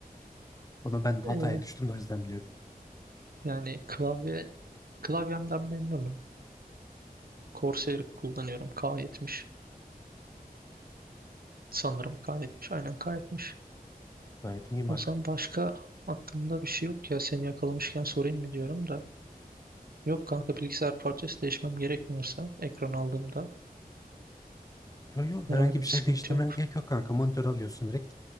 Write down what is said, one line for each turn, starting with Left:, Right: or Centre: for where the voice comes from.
Left: Onu ben hataya
Right: Ee,
Left: düştüm de o yüzden biliyorum.
Right: yani klavye klavyemden memnunum. Corsair kullanıyorum. K70 sanırım K70. Aynen K70.
Left: Gayet iyi marka.
Right: O zaman başka aklımda bir şey yok ya. Seni yakalamışken sorayım mı diyorum da. Yok kanka bilgisayar parçası değişmem gerekmiyorsa ekran aldığımda
Left: Yo yo
Right: herhangi
Left: herhangi bir
Right: bir
Left: şey
Right: sıkıntı
Left: değiştirmen
Right: yok.
Left: gerek yok kanka. Monitör alıyorsun direkt.